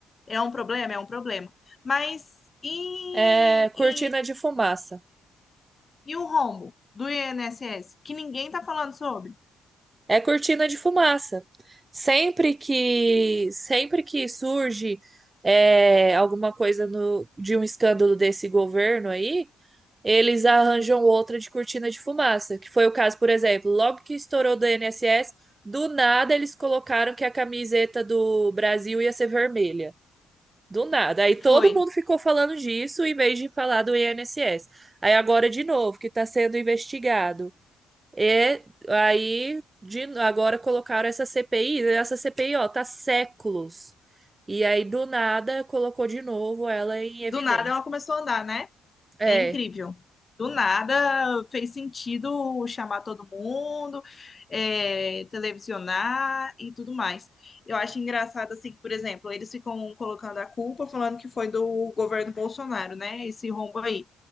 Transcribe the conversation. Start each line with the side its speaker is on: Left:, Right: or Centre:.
Left: É um problema, é um problema. Mas e,
Right: É cortina
Left: e,
Right: de fumaça.
Left: e o rombo do INSS? Que ninguém tá falando sobre.
Right: É cortina de fumaça. Sempre que sempre que surge é, alguma coisa no- de um escândalo desse governo aí, eles arranjam outra de cortina de fumaça, que foi o caso, por exemplo, logo que estourou do INSS, do nada eles colocaram que a camiseta do Brasil ia ser vermelha. Do nada. Aí todo
Left: Foi.
Right: mundo ficou falando disso em vez de falar do INSS. Aí agora de novo, que está sendo investigado é aí, de- agora colocaram essa CPI, e essa CPI, ó, tá séculos. E aí, do nada, colocou de novo ela em evidência.
Left: Do nada ela começou a andar, né?
Right: É,
Left: É incrível. Do nada fez sentido chamar todo mundo, é, televisionar e tudo mais. Eu acho engraçado, assim, que, por exemplo, eles ficam colocando a culpa, falando que foi do governo Bolsonaro, né? Esse rombo aí.